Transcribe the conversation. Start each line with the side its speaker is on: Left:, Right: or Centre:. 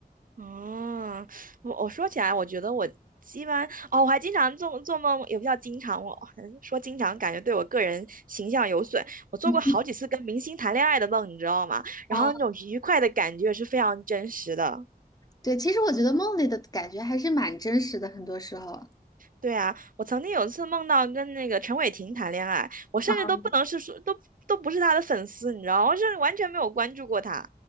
Right: 嗯，我我说起来，我觉得我一般哦，我还经常做做梦，也不叫经常，我嗯说经常感觉对我个人形象有损。我做过好几次跟明星谈恋爱的梦，
Left: 嗯
Right: 你知道吗？
Left: 啊，
Right: 然后那种愉快的感觉是非常真实的。
Left: 对，其实我觉得梦里的感觉还是蛮真实的，很多时候。
Right: 对啊，我曾经有一次梦到跟那个陈伟霆谈恋爱，我甚至都不能是说，
Left: 啊
Right: 都都不是他的粉丝，你知道吗，我甚至完全没有关注过他。